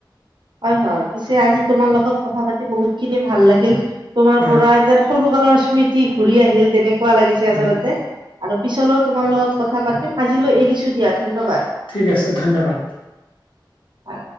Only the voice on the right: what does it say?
হয়, হয়, পিছে আজি তোমাৰ লগত কথা পাতি বহুত খিনি ভাল লাগিল। তোমাৰ
পৰাই যেন সৰু কালৰ স্মৃতি ঘূৰি আহিল তেনেকুৱা লাগিছে
আচলতে। আৰু পিছলৈও তোমাৰ লগত কথা পাতিম আজিলৈ এৰিছো দিয়া ধন্যবাদ।
হয়